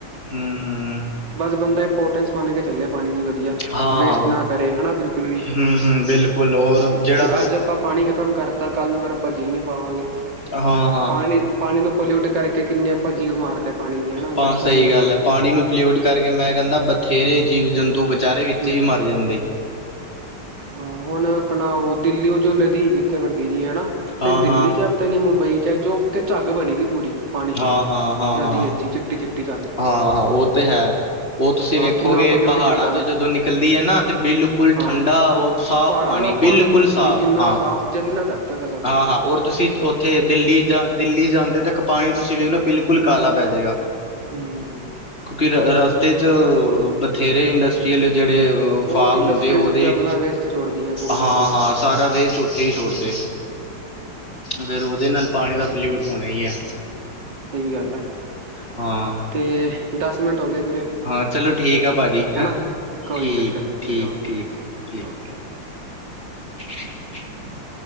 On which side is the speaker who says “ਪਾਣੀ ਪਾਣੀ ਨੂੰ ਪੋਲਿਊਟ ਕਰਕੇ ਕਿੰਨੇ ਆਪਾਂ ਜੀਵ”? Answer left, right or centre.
Right